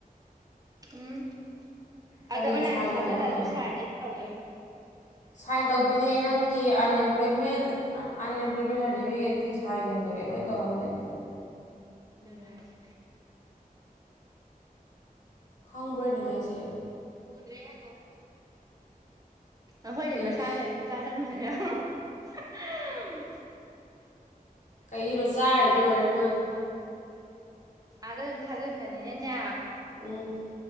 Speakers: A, on the right; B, on the left.
A: ꯎꯝ ꯑꯗ
B: ꯀꯔꯤꯒꯤ
A: ꯑꯣꯟꯂꯥꯏꯟ
B: ꯁꯥꯏꯟꯅꯣ
A: ꯊꯥꯖꯤꯜꯂꯁꯨ
B: ꯅꯪ ꯑꯗꯣ
A: ꯁꯥꯔꯅꯤ ꯇꯧꯗꯣꯏ
B: ꯁꯥꯏꯟ ꯇꯧꯗꯣꯏꯅꯦ ꯅꯪꯒꯤ ꯑꯟꯑꯦꯝꯄ꯭ꯂꯣꯏꯃꯦꯟ ꯑꯟꯑꯦꯝꯄ꯭ꯂꯣꯏꯃꯦꯟ ꯁꯥꯔꯇꯤꯐꯤꯀꯦꯠꯀꯤ ꯁꯥꯏꯟ ꯅꯨꯡ ꯀꯩ ꯀꯩ ꯂꯣꯏ ꯇꯧꯍꯟꯗꯣꯏꯅꯤ
A: ꯂꯖ
B: ꯈꯪꯕ꯭ꯔꯣꯏꯅꯦ ꯍꯥꯏꯁꯦ
A: ꯎꯗ꯭ꯔꯦ ꯌꯥꯒꯣ ꯑꯩꯈꯣꯏꯗꯤ
B: ꯏꯁ
A: ꯃꯁꯥꯂ ꯑꯗꯨꯝ ꯇꯥꯖꯟꯅꯁꯦ <inaudible>
B: ꯀꯩ ꯃꯆꯥ ꯍꯥꯏꯔꯣ ꯂꯣꯏꯔꯅ ꯉꯥꯡꯉꯨ
A: ꯑꯥꯗ ꯑꯗꯨꯝ ꯊꯥꯖꯤꯟꯕꯅꯤꯅꯅꯦ
B: ꯎꯝ